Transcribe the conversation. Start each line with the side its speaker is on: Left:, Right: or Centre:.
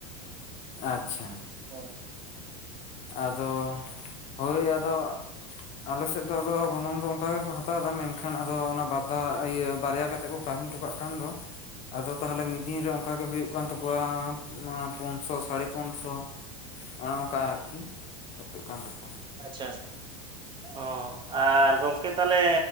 Left: ᱟᱪᱪᱷᱟ᱾
Right: ᱦᱮᱸ
Left: ᱟᱫᱚ ᱦᱳᱭ ᱟᱫᱚ ᱟᱞᱮᱥᱮᱫ ᱫᱚ ᱟᱫᱚ ᱜᱚᱱᱚᱝ ᱫᱚ ᱚᱱᱠᱟ ᱜᱮᱠᱚ ᱦᱟᱛᱟᱣ ᱫᱟ᱾ ᱢᱮᱱᱠᱷᱟᱱ ᱟᱫᱚ ᱚᱱᱟ ᱵᱟᱨᱫᱷᱟᱣ ᱤᱭᱟᱹ ᱵᱟᱨᱭᱟ ᱠᱟᱛᱮᱫ ᱠᱚ ᱠᱟᱹᱢᱤ ᱴᱚᱠᱟᱜ ᱠᱟᱱ ᱫᱚ᱾ ᱟᱫᱚ ᱛᱟᱦᱟᱞᱮ ᱢᱤᱫ ᱫᱤᱱ ᱨᱮ ᱚᱱᱠᱟ ᱜᱮ ᱦᱳᱭᱳᱜ ᱠᱟᱱ ᱛᱟᱠᱚᱣᱟ᱾ ᱯᱳᱱ ᱥᱚ ᱥᱟᱲᱮ ᱯᱳᱱ ᱥᱚ᱾ ᱚᱱᱮ ᱚᱱᱠᱟ ᱟᱨᱠᱤ ᱦᱳᱭᱳᱜ ᱠᱟᱱ ᱛᱟᱠᱚᱣᱟ᱾
Right: ᱟᱪᱪᱷᱟ᱾ ᱚ ᱟᱨ ᱜᱚᱢᱠᱮ ᱛᱟᱦᱟᱞᱮ